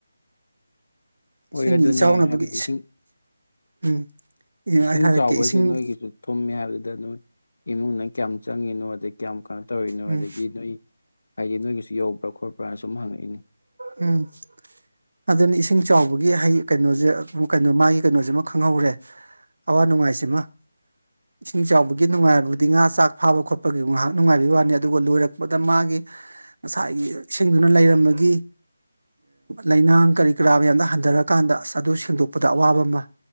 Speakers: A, on the right (about 75°); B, on the left (about 65°).
A: ꯏꯁꯤꯡꯒꯤ
B: ꯍꯣꯏ ꯑꯗꯨꯅꯦ
A: ꯏꯆꯥꯎꯅꯕꯒꯤ
B: ꯍꯥꯏꯕꯗꯤ ꯏꯁꯤꯡ
A: ꯎꯝ ꯑꯩ
B: ꯏꯁꯤꯡ
A: ꯍꯥꯏꯔꯛꯀꯦ
B: ꯆꯥꯎꯕꯁꯦ
A: ꯏꯁꯤꯡ
B: ꯅꯣꯏꯒꯤꯁꯨ ꯊꯨꯝꯃꯦ ꯍꯥꯏꯕꯗꯨꯗ ꯅꯣꯏ ꯏꯃꯨꯡꯅ ꯀꯌꯥꯝ ꯆꯪꯉꯤꯅꯣ ꯑꯗꯩ ꯀꯌꯥꯝ ꯀꯥꯟ ꯇꯧꯔꯤꯅꯣ
A: ꯎꯝ
B: ꯑꯗꯒꯤ ꯅꯣꯏ ꯍꯥꯏꯗꯤ ꯅꯣꯏꯒꯤꯁꯨ ꯌꯧꯕ꯭ꯔꯥ ꯈꯣꯠꯄ꯭ꯔꯥꯅ ꯁꯨꯝ ꯍꯪꯉꯛꯏꯅꯤ
A: ꯎꯝ ꯑꯗꯨꯅꯤ ꯏꯁꯤꯡ ꯆꯥꯎꯕꯒꯤ ꯍꯩ ꯀꯩꯅꯣꯁꯦ ꯀꯩꯅꯣ ꯃꯥꯒꯤ ꯀꯩꯅꯣꯁꯤꯃ ꯈꯪꯍꯧꯔꯦ ꯑꯋꯥ ꯅꯨꯡꯉꯥꯏꯁꯤꯃ ꯏꯁꯤꯡ ꯆꯥꯎꯕꯒꯤ ꯅꯨꯡꯉꯥꯏꯔꯕꯗꯤ ꯉꯥ ꯆꯥꯛ ꯐꯥꯕ ꯈꯣꯠꯄꯒꯤ ꯉꯥꯏꯍꯥꯛ ꯅꯨꯡꯉꯥꯏꯕꯒꯤ ꯋꯥꯅꯤ ꯑꯗꯨꯒ ꯂꯣꯏꯔꯛꯄꯗ ꯃꯥꯒꯤ ꯉꯁꯥꯏꯒꯤ ꯏꯁꯤꯡꯗꯨꯅ ꯂꯩꯔꯝꯕꯒꯤ ꯂꯩꯅꯥꯡ ꯀꯔꯤ ꯀꯔꯥ ꯃꯌꯥꯝꯗ ꯍꯟꯊꯔꯀꯥꯟꯗ ꯑꯁ ꯑꯗꯨ ꯁꯦꯡꯗꯣꯛꯄꯗ ꯑꯋꯥꯕ ꯑꯃ